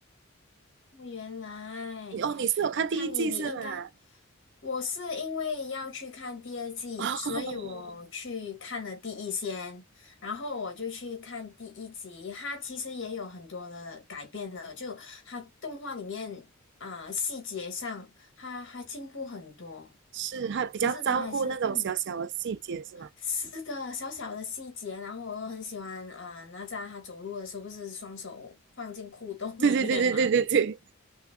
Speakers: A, on the left (about 60°); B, on the right (about 55°).
A: 原来，
B: 你哦，你是有看第一季是吗？
A: 看你，你应该，我是因为要去看第二季，
B: 哦，
A: 所以我去看了第一先，然后我就去看第一集，它其实也有很多的改变了，就它动画里面啊、细节上，他还进步很多，
B: <laughs> 是，还比较照顾那种小小的细节是吗？
A: 可是他还是嗯是个小小的细节，然后我又很喜欢啊、呃哪吒他走路的时候不是双手放进裤兜里面吗？
B: 对对对对对对对，